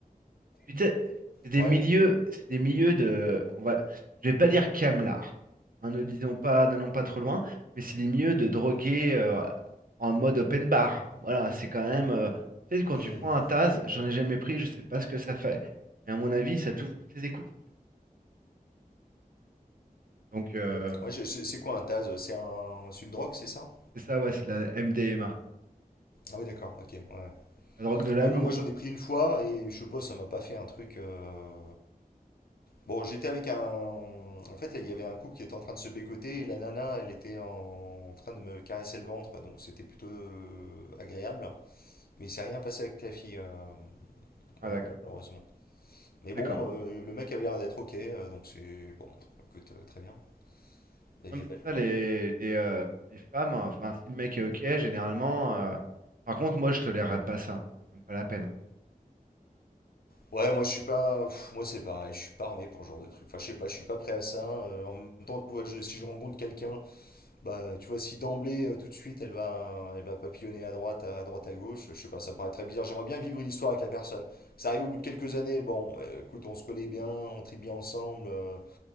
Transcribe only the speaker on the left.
Ouais.
Hmm.
Ouais, je- c'est c'est quoi un Taz? euh, C'est un... c'est une drogue, c'est ça?
Ah oui, d'accord, ok, ouais.
Ouais, mais moi j'en ai pris une fois et je sais pas, ça m'a pas fait un truc. euh, Bon, j'étais avec un. En fait, il y avait un couple qui était en train de se bécoter et la nana, elle était en, en train de me caresser le ventre, donc c'était plutôt euh, agréable. Mais il s'est rien passé avec la fille, euh,
voilà,
malheureusement. Mais bon,
euh, le mec avait l'air d'être ok, euh, donc c'est bon, écoute, euh, très bien. La
vie
est
belle, quoi.
Ouais, moi je suis pas. pff, moi c'est pareil, je suis pas armé pour ce genre de truc. Enfin, je sais pas, je suis pas prêt à ça. Euh, en même temps, tu vois, je- si je rencontre quelqu'un Bah, tu vois, si d'emblée, euh, tout de suite, elle va, elle va papillonner à droite, à à droite, à gauche, je sais pas, ça me paraît très bizarre. J'aimerais bien vivre une histoire avec la personne. Ça arrive au bout de quelques années, bon, euh, écoute, on se connaît bien, on tripe bien ensemble, euh,